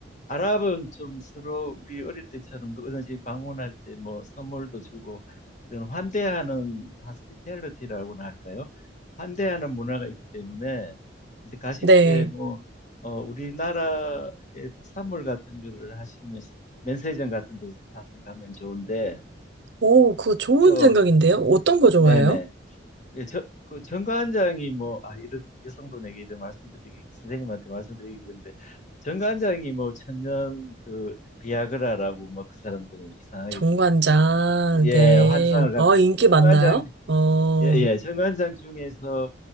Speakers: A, on the left (about 40°); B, on the right (about 65°).
A: 아랍은 좀 서로 우리 어릴 때처럼 누구든지 방문할 때 뭐 선물도 주고 이런 환대하는 하스피텔리티라고나 할까요? 환대하는 문화가 있기 때문에 이제 가실
B: 네.
A: 때 뭐 어, 우리나라의 특산물 같은 거를 하시면서 면세점 같은 데서 사서 가면 좋은데
B: 오, 그거 좋은
A: 그
B: 생각인데요? 어떤 거 좋아해요?
A: 네네 예, 저, 그 정관장이 뭐, 아, 이런 여성분에게 이런 말씀드리기, 선생님한테 말씀드리기 그런데, 정관장이 뭐, 천년 그, 비아그라라고 뭐, 그 사람들은 이상하게
B: 정관장,
A: 좀, 예,
B: 네.
A: 환상을 갖고
B: 아,
A: 있어요.
B: 인기
A: 정관장,
B: 많나요? 어,
A: 예, 예, 정관장 중에서